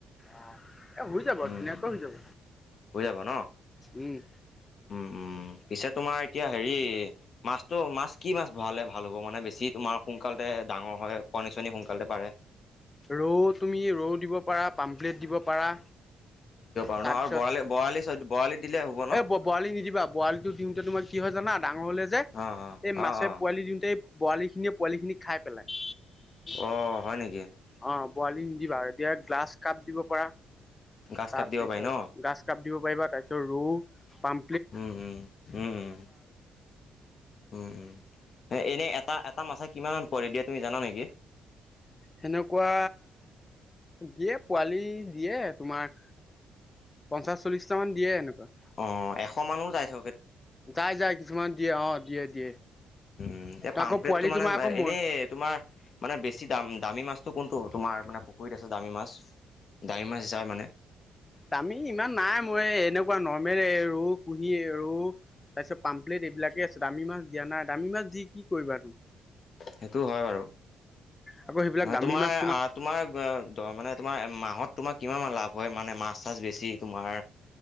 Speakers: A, on the left (about 20°); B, on the left (about 50°).
A: অ', এ হৈ যাব
B: উম।
A: ধুনীয়াকে হৈ যাব।
B: হৈ যাব ন।
A: উম।
B: উম, উম, পিছে তোমাৰ এতিয়া হেৰি মাছটো মাছ কি মাছ ভৰালে ভাল হ'ব মানে বেছি তোমাৰ সোনকালতে ডাঙৰ হয় কণী চনি সোনকালতে পাৰে।
A: ৰৌ তুমি ৰৌ দিব পাৰা পামপ্লেট দিব পাৰা।
B: অ',
A: তাৰপিছত
B: ন আৰু বৰালি বৰালি ছ বৰালি দিলে হ'ব ন?
A: এই বৰালি নিদিবা বৰালিটো দিওঁতে তোমাৰ কি হয় জানা ডাঙৰ হ'লে যে
B: অঁ অঁ
A: এই মাছে
B: অঁ অঁ
A: পোৱালি দিওঁতে বৰালিখিনিয়ে পোৱালিখিনিক খাই পেলাই।
B: অ', হয় নেকি?
A: অ', বৰালি নি দিবা এতিয়া গ্লাছ কাপ দিব পাৰা।
B: গাছ
A: তাৰপিছত
B: কাপ দিব পাৰি ন
A: গাছ কাপ দিব পাৰিবা তাৰপিছত ৰৌ পাম
B: উম, উম, উম, উম, উম, উম। এনেই এটা এটা মাছে কিমানমান পোৱালি দিয়ে তুমি জানা নেকি?
A: সেনেকুৱা দিয়ে পোৱালি দিয়ে তোমাৰ পঞ্চাশ চল্লিশটা মান দিয়ে এনেকুৱা।
B: অ', এশ মানুহ যায় থ
A: যায় যায় কিছুমান দিয়ে অ' দিয়ে দিয়ে।
B: উম, এতিয়া পামপ্লেটটো
A: আকৌ পোৱালি
B: মানে
A: তোমাৰ আকৌ মোৰ
B: এনেই তোমাৰ মানে বেছি দাম দামী মাছটো কোনটো তোমাৰ মানে পুখুৰীত আছে দামী মাছ? দামী মাছ হিচাপে মানে।
A: দামী ইমান নাই মই এনেকুৱা নৰ্মেলে ৰৌ কুহি এ ৰৌ। তাৰপিছত পাম্পলেট এইবিলাকে আছে দামী মাছ দিয়া নাই দামী মাছ দি কি কৰিবা তুমি।
B: সেইটো হয় বাৰু
A: আকৌ সেইবিলাক
B: মানে
A: দামী
B: তোমাৰ
A: মাছ
B: আহ তোমাৰ মানে তোমাৰ মাহত তোমাৰ কিমান লাভ হয় মানে মাছ চাছ বেছি তোমাৰ